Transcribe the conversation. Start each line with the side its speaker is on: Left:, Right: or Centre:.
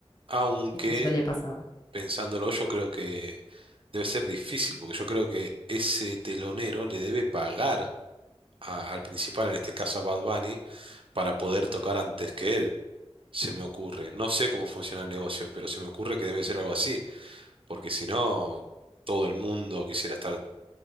Right: aunque
Left: Me suele pasar.
Right: pensándolo yo creo que debe ser difícil porque yo creo que ese telonero le debe pagar a- al principal, en este caso a Bad Bunny, para poder tocar antes que él. Se me ocurre. No sé cómo funciona el negocio, pero se me ocurre que debe ser algo así, porque si no, todo el mundo quisiera estar